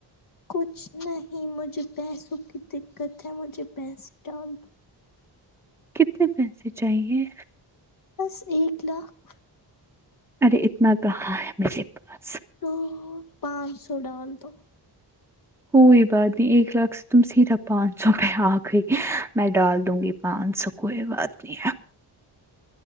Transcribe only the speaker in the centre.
کتنے پیسے چاہیے
ارے اتنا کہا ہے میرے پاس
کوئی بات نہیں ایک لاکھ سے تم سیدھا پانچ سو پہ آ گئی میں ڈال دوں گی پانچ سو کوئی بات نہیں ہے